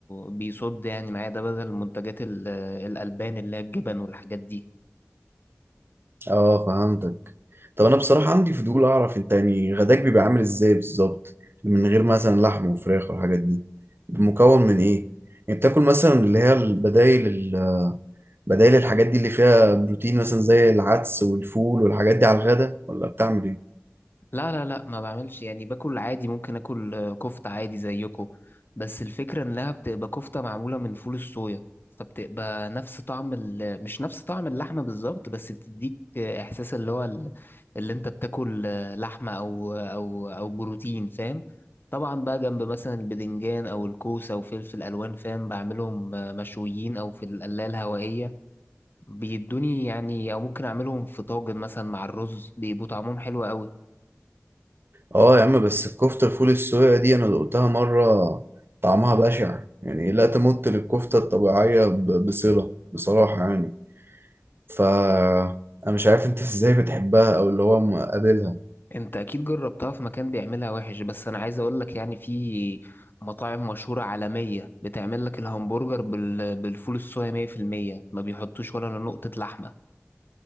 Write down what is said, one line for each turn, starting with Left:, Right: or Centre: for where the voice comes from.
Left: بيصد يعني معايا ده بدل منتجات ال- الألبان اللي هي الجبن والحاجات دي
Right: اه فهمتك طب انا بصراحة عندي فضول اعرف انت يعني غداك بيبقى عامل ازاي بالظبط من غير مثلا لحم وفراخ والحاجات دي مكون من ايه يعني بتاكل مثلا اللي هي البدايل ال- بدايل الحاجات دي اللي فيها بروتين مثلا زي العدس والفول والحاجات دي على الغدا ولا بتعمل ايه
Left: لا لا لا ما بعملش يعني باكل عادي ممكن اكل آه، كفتة عادي زيكو بس الفكرة انها بتبقى كفتة معمولة من فول الصويا فبتبقى نفس طعم ال... مش نفس طعم اللحمة بالظبط بس بتديك آه، احساس اللي هو ال- اللي انت بتاكل آه، لحمة او او او بروتين فاهم طبعا بقى جنب مثلا البدنجان او الكوسة او فلفل الوان فاهم بعملهم آه، مشويين او في القلاية الهوائية بيدوني يعني او ممكن اعملهم في طاجن مثلا مع الرز بيبقوا طعمهم حلو قوي
Right: اه يا عم بس الكفتة الفول السويا دي انا دقتها مرة طعمها بشع يعني لا تمت للكفتة الطبيعية ب- بصلة بصراحة يعني ف انا مش عارف انت <laughs> ازاي بتحبها او اللي هو مقابلها
Left: انت اكيد جربتها في مكان بيعملها وحش بس انا عايز اقول لك يعني في مطاعم مشهورة عالمية بتعمل لك الهمبرجر بال... بالفول الصويا 100% ما بيحطوش ولا نقطة لحمة